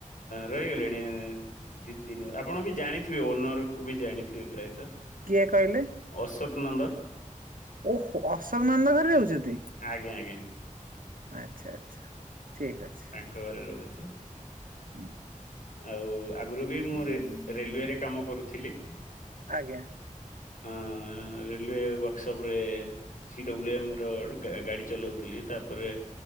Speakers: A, on the left; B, on the right.
A: ରହିଗଲିଣି ଉଁ। ଦିଇ ତିନି ଆପଣ ବି ଜାଣିଥିବେ ଓନର କୁ ବି ଜାଣିଥିବେ ପ୍ରାୟତଃ।
B: କିଏ କଇଲେ।
A: ଅଶୋକ ନନ୍ଦ।
B: ଓହୋ ଅଶୋକ ନନ୍ଦ ଘରେ ରହୁଛନ୍ତି।
A: ଆଜ୍ଞା ଆଜ୍ଞା।
B: ଆଛା ଆଛା ଠିକ ଅଛି।
A: ତାଙ୍କ ଘରେ ରହୁଚି।
B: <inaudible>
A: ଆଉ ଆଗରୁ ବି ମୁଁ ରେ ରେଲୱେରେ କାମ କରୁଥିଲି।
B: ଆଜ୍ଞା।
A: ଆଁ। ରେଲୱେ ୱାର୍କସପ୍ ରେ ସି ଡବ୍ଲ୍ୟୁ ଏମ୍ ର ଗାଡ଼ି ଚଲାଉଥିଲି ତା ପରେ।